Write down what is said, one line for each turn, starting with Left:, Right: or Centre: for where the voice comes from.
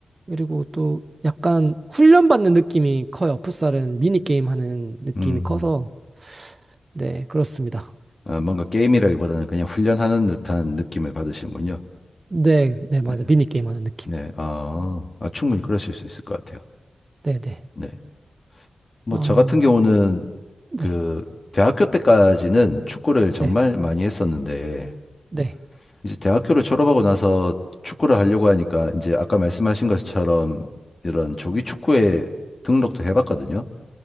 Right: 그리고 또 약간 훈련받는 느낌이 커요. 풋살은 미니게임 하는 느낌이
Left: 음.
Right: 커서. 네, 그렇습니다.
Left: 아, 뭔가 게임이라기보다는 그냥 훈련하는 듯한 느낌을 받으시는군요.
Right: 네, 네, 맞아.
Left: 네.
Right: 미니게임 하는 느낌.
Left: 네. 아, 아, 충분히 그러실 수 있을 것 같아요.
Right: 네, 네.
Left: 네. 뭐,
Right: 아,
Left: 저 같은 경우는
Right: 네,
Left: 그, 대학교 때까지는 축구를 정말
Right: 네,
Left: 많이 했었는데,
Right: 네.
Left: 이제 대학교를 졸업하고 나서 축구를 하려고 하니까, 이제 아까 말씀하신 것처럼 이런 조기 축구에 등록도 해봤거든요.